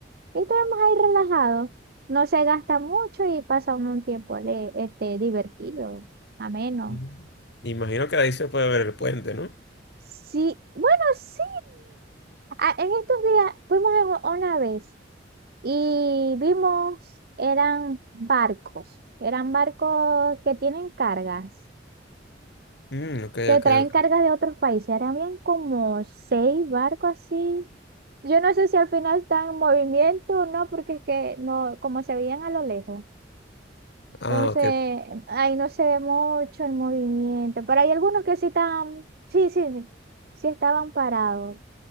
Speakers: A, on the right (about 55°); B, on the left (about 65°).
A: Y estamos ahí relajados. No se gasta mucho y pasa uno un tiempo ale- este, divertido, ameno.
B: Mm. Imagino que de ahí se puede ver el puente, ¿no?
A: Sí, bueno, sí. Ah, en estos días fuimos en u- una vez y vimos, eran barcos, eran barcos que tienen cargas,
B: Mm, ok,
A: que
B: ok,
A: traen
B: ok.
A: cargas de otros países. Eran bien como seis barcos así. Yo no sé si al final están en movimiento o no, porque es que no, como se veían a lo lejos.
B: Ah,
A: Entonces,
B: ok.
A: ahí no se ve mucho el movimiento. Pero hay algunos que sí estaban, sí, sí, sí, sí estaban parados.